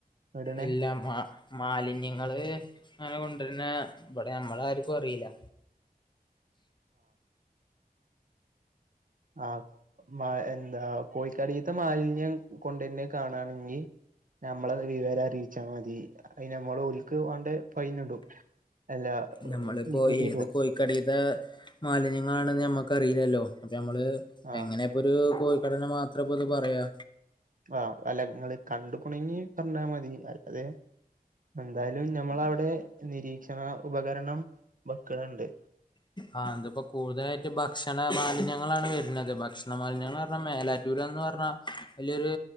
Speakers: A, on the right; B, on the left.
A: ഇടണേ
B: ഇല്ല മ മാലിന്യങ്ങൾ അങ്ങനെ കൊണ്ടാർന്നേ ഇവിടെ നമ്മൾ ആർക്കും അറിയില്ല
A: ആ എന്താ കോഴിക്കടത്തെ മാലിന്യം കൊണ്ടാർന്നേ കാണാണെങ്കിൽ നമ്മൾ വിവര അറിയിച്ചാൽ മതി അതിൻ നമ്മൾ ഒൽക് വണ്ടേ ഫൈൻ ഇടും അല്ല
B: നമ്മളിപ്പോ
A: നികുതിയിടും
B: ഏത് കോഴിക്കഡീത്തെ മാലിന്യങ്ങളാണന്ന് നമ്മക്കറിയില്ലല്ലോ നമ്മള്
A: ആഹ്
B: എങ്ങനെയപ്പൊത് ഒരു കോഴിക്കടനെ മാത്രപ്പൊ ഇത് പറയാ
A: ആ അല്ല ഇങ്ങൾ കണ്ടുകുണെകിൽ പറഞ്ഞാ മതി അല്ലതെ എന്തായാലും നമ്മൾ അവിടെ നിരീക്ഷണ ഉപകരണം വെക്കുണ്ണ്ട്
B: ആ അതിപ്പോ കൂടുതലായിട്ട് ഭക്ഷണ മാലിന്യങ്ങളാണ് വരുന്നത് അതെ ഭക്ഷണ മലിന്യങ്ങൾ എന്ന് പറഞ്ഞാൽ മേലാറ്റൂർന്ന് പറഞ്ഞാൽ വല്യൊരു